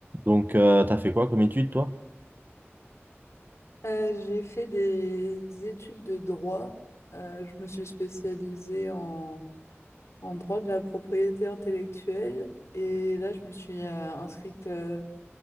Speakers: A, on the right; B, on the left.
A: Donc, euh, t'as fait quoi comme étude, toi?
B: Euh, j'ai fait des études de droit. Euh, je me suis spécialisée en, en droit de la propriété intellectuelle et là, je me suis euh, inscrite euh,